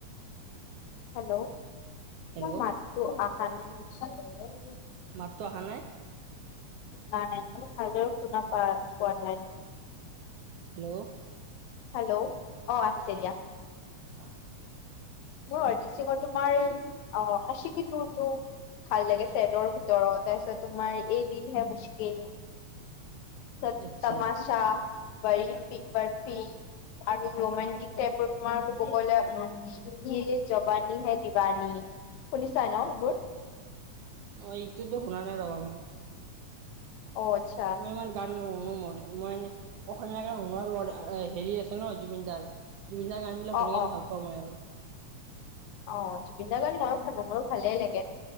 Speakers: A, on the left; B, on the right.
A: হেল্ল, তোমাৰ
B: হেল্ল'
A: মাতটো অহা নাই মানে ভালদৰে।
B: মাতটো অহা নাই!
A: নাই, মোৰ ভালৰে শুনা পা পোৱা নাই।
B: হেল্ল'।
A: হেল্ল' অঁ আহিছে দিয়া।
B: অ'।
A: মোৰ অৰিজিত সিঙৰ তোমাৰ অ আছিকি টু টো ভাল লাগে চছেটৰ ভিতৰত, তাৰপিছত তোমাৰ এ দিল হে মুসকিল চত
B: আচ্ছা
A: তমাছা বাৰফি বাৰফি আৰু ৰোমানণ্টিক টাইপৰ তোমাৰ কব গলে উম হি জবানী হে দিবানী, শুনিছা ন এইবোৰ?
B: অঁ ইটোতো শুনা নাই ৰ মই।
A: অ আছ
B: মই ইমান গান নুশুনো মই, মই এনে অসমীয়া গান শুনো আৰু হেৰি আছে ন জুবিন দাৰ। জুবিন দাৰ গানবিলাক
A: অ'
B: শুনি কিনে ভাল পাওঁ মই আৰু।
A: অঁ, জুবিন দাৰ গান মইও শুনো বাৰু ভালে লাগে।